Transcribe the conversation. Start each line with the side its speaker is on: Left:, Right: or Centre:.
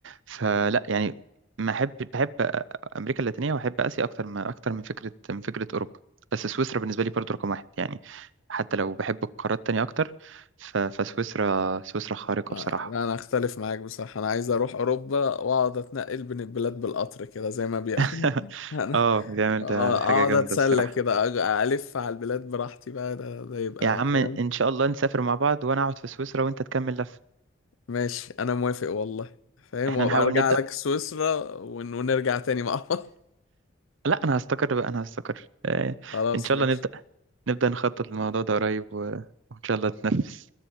Right: فلا يعني ما أحب بحب أمريكا اللاتينية وأحب آسيا أكتر ما أكتر من فكرة من فكرة أوروبا بس سويسرا بالنسبة لي برضو رقم واحد يعني حتى لو بحب القارات التانية أكتر ف- فسويسرا سويسرا خارقة
Left: آه،
Right: بصراحة
Left: لا انا اختلف معاك بصراحة انا عايز اروح اوروبا واقعد اتنقل بين البلاد بالقطر كده زي ما بيعملوا
Right: <laughs>
Left: <laughs> انا
Right: اه بيعمل
Left: آه،
Right: ده ده
Left: اقعد
Right: حاجة جامدة
Left: اتسلى
Right: الصراحة
Left: كده أج- الف على البلاد براحتي بقى ده, ده يبقى
Right: يا عم
Left: فاهم
Right: إن شاء الله نسافر مع بعض وأنا أقعد في سويسرا وأنت تكمل لف
Left: ماشي انا موافق والله فاهم
Right: احنا
Left: وابقى
Right: نحاول
Left: ارجع
Right: نبدأ
Left: لك سويسرا ون- ونرجع تاني مع بعض <laughs>
Right: لا انا هستقر بقى انا هستقر آه،
Left: خلاص
Right: ان شاء
Left: ماشي
Right: الله نبدا نبدا نخطط للموضوع ده قريب و- وان شاء الله تنفذ